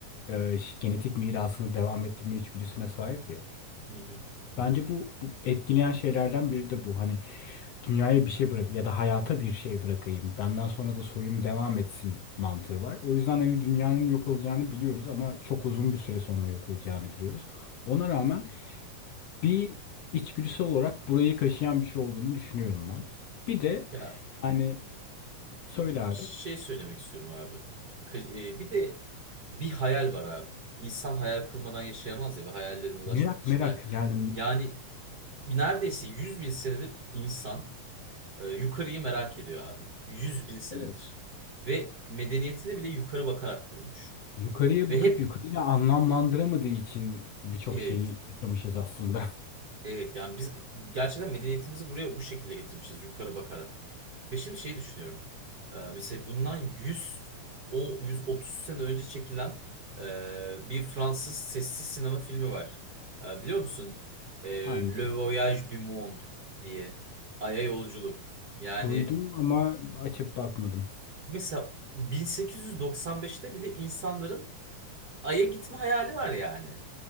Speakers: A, on the left (about 60°); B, on the right (about 60°).
A: e, ş- genetik mirasını devam ettirme içgüdüsüne sahip ya.
B: Hı hı.
A: Bence bu, bu etkileyen şeylerden biri de bu. Hani dünyaya bir şey bırak ya da hayata bir şey bırakayım. Benden sonra da soyum devam etsin mantığı var. O yüzden hani dünyanın yok olacağını biliyoruz ama çok uzun bir süre sonra yok olacağını biliyoruz. Ona rağmen bir içgüdüsel olarak burayı kaşıyan bir şey olduğunu düşünüyorum ben. Bir de
B: Ya
A: yani söyle abi.
B: şey söylemek istiyorum abi. Kı- e, Bir de bir hayal var abi. İnsan hayal kurmadan yaşayamaz ya ve hayallerine ulaşmak
A: Merak
B: için.
A: merak
B: Yani,
A: yani
B: yani neredeyse 100 bin senedir insan e, yukarıyı merak ediyor abi. 100 bin senedir.
A: Evet.
B: Ve medeniyetini bile yukarı bakarak kurmuş.
A: yukarıya
B: Ve
A: bakıp
B: hep
A: yukarıyla anlamlandıramadığı için birçok
B: evet,
A: şeyi yaşamışız aslında. <laughs>
B: evet yani biz gerçekten medeniyetimizi buraya bu şekilde getirmişiz yukarı bakarak. Ve şimdi şeyi düşünüyorum. Ee, mesela bundan 100, o 130 sene önce çekilen e, bir Fransız sessiz sinema filmi var. Ee, biliyor musun? Ee,
A: Aynısı.
B: Le Voyage du Monde diye. Ay'a yolculuk. Yani
A: Duydum ama açıp bakmadım.
B: mesela 1895'te bile insanların Ay'a gitme hayali var yani.